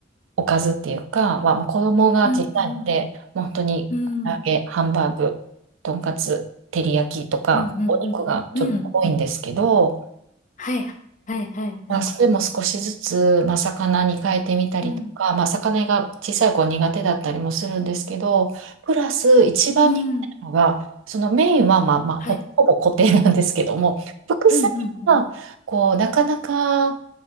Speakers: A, on the right; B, on the left.
A: おかずっていうか、まあ、もう子供が小さいので、
B: うん、うん、
A: もう本当に、
B: うん。
A: 唐揚げ、
B: うん、
A: ハンバーグ、とんかつ、照り焼きとか、
B: うん、うん。
A: お肉がちょっと多いんですけど、
B: うんうんはい、はい、はい、はい。
A: まあ、それも少しずつ、まあ、魚に変えてみたりとか、
B: うん。
A: まあ、魚が小さい子は苦手だったりもするんですけど、プラス一番苦手なのが、
B: うん。
A: そのメインは、まあまあ、
B: はい。
A: ほ、ほぼ固定なんですけども、副菜は、
B: うん、うん、うんうんうんうんはいはいはいはいうんうんはいうんうんうん
A: こう、なかなか、